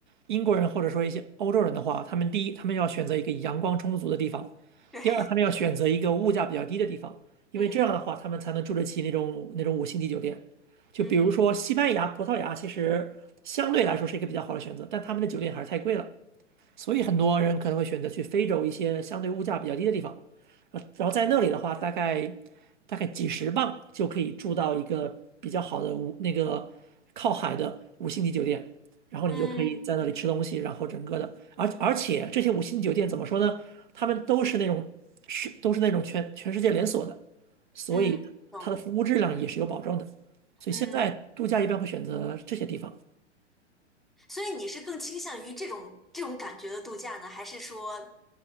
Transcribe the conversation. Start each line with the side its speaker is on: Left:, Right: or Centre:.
Right: 英国人或者说一些欧洲人的话，他们第一，他们要选择一个阳光充足的地方；
Centre: 对，
Right: 第二，
Centre: <laughs>
Right: 他们要选择一个物价比较低的地方，因为这样的话，
Centre: 嗯哼，
Right: 他们才能住得起那种那种五星级酒店。就比如说西班牙、
Centre: 嗯哼，
Right: 葡萄牙，其实相对来说是一个比较好的选择，但他们的酒店还是太贵了。所以很多人可能会选择去非洲一些相对物价比较低的地方，呃然后在那里的话，大概大概几十磅就可以住到一个比较好的五那个靠海的五星级酒店，然后你就可以在那里吃东西，
Centre: 嗯
Right: 然后整个的，而而且这些五星级酒店怎么说呢？他们都是那种是都是那种全全世界连锁的，所以它的服务质量也是有保证的，
Centre: 嗯懂，
Right: 所以现在度假一般会选择这些地方。
Centre: 嗯，所以你是更倾向于这种这种感觉的度假呢，还是说